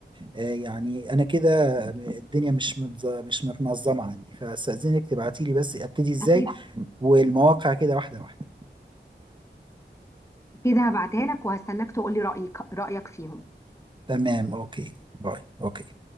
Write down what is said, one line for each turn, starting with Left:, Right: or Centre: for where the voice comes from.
Right: آه، يعني انا كده الدنيا مش متز- مش متنظمه عندي فاستاذنك تبعتي لي بس ابتدي ازاي
Left: أكيد
Right: والمواقع كده واحده واحده
Left: كده هبعتها لك وهستناك تقولي رأيك رأيك فيهم
Right: تمام اوكي باي اوكي